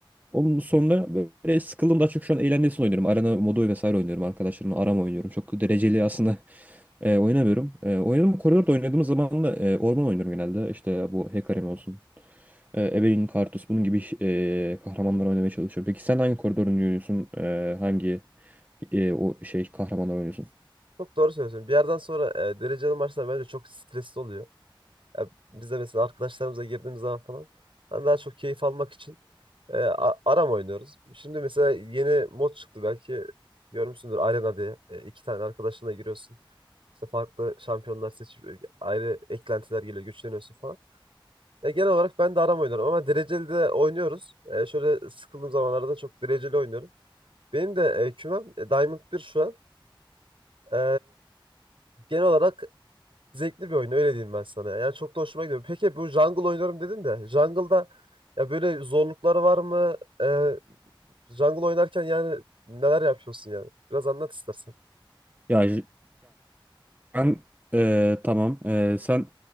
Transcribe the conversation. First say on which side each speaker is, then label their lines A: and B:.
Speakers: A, on the right (about 20°); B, on the right (about 75°).
A: Onun sonra böyle sıkıldım daha çok şu an eğlencesini oynuyorum. Arena modu vesaire oynuyorum arkadaşlarımla. Arama oynuyorum. Çok dereceli aslında e, oynamıyorum. E, oynadığım koridorda oynadığım zaman da e, orman oynuyorum genelde. İşte bu Hecarim olsun. E, Evelyn Kartus bunun gibi e, kahramanlar oynamaya çalışıyor. Peki sen hangi koridor oynuyorsun? E, hangi e, o şey kahramanlar oynuyorsun?
B: Çok doğru söylüyorsun. Bir yerden sonra e, dereceli maçlar bence çok stresli oluyor. Ya biz de mesela arkadaşlarımıza girdiğimiz zaman falan ben daha çok keyif almak için e, a- aram oynuyoruz. Şimdi mesela yeni mod çıktı belki görmüşsündür Arena diye. E, iki tane arkadaşınla giriyorsun. İşte farklı şampiyonlar seçip e, ayrı eklentiler geliyor güçleniyorsun falan. Ya genel olarak ben de aram oynarım ama dereceli de oynuyoruz. E, şöyle sıkıldığım zamanlarda çok dereceli oynuyorum. Benim de e, kümem e, Diamond bir şu an. E, genel olarak Zevkli bir oyun öyle diyeyim ben sana. Yani çok da hoşuma gidiyor. Peki bu jungle oynuyorum dedin de jungle'da ya böyle zorlukları var mı? Ee, jungle oynarken yani neler yapıyorsun yani? Biraz anlat istersen.
A: Ya Ben eee, tamam Eee, sen